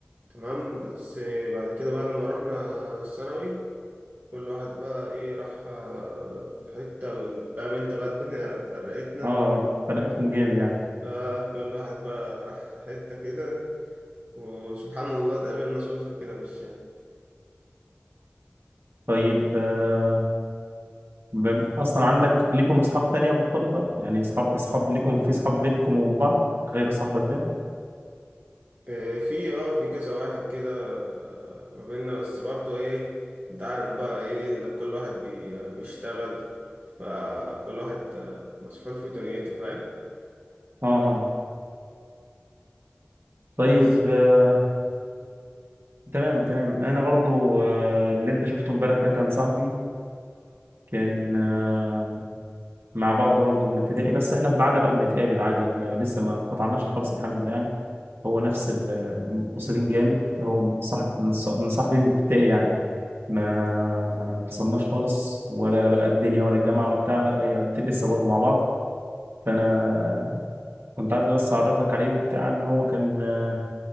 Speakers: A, on the right (about 50°); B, on the right (about 70°).
A: تمام بس بعد كده بقى لما رحنا الثانوي كل واحد بقى ايه راح آه، في حتة وال- فاهم انت بقى الدنيا فرقتنا
B: اه فرقتكم جامد يعني
A: اه كل واحد بقى راح في حتة كده وسبحان الله اتقابلنا صدفة كده في الشارع
B: طيب آه ب- اصلا عندك ليكم اصحاب تانية مرتبطة يعني اصحاب اصحاب ليكم في اصحاب بينكم وبين بعض غير صاحبك ده
A: آه، في اه في كذا واحد كده آه، ما بيننا بس برضه ايه انت عارف بقى ايه ال- كل واحد بي- بيشتغل فكل واحد آه، مسحول في دنيته فاهم
B: اه طيب
A: بس
B: آه تمام تمام انا برضو آه اللي انت شفته امبارح ده كان صاحبي كان آه، مع بعض برضه من ابتدائي بس احنا في العاده بقى بنتقابل عادي ما لسه ما قطعناش خالص الحمد لله يعني هو نفس المتصلين جامد هو صاحب من ص- من صاحبي من ابتدائي يعني ما ما انفصلناش خالص ولا بقى الدنيا ولا الجامعه ولا بتاع لا هي قد- لسه برضه مع بعض فانا كنت عايز بس اعرفك عليه وبتاع ان هو كان آه،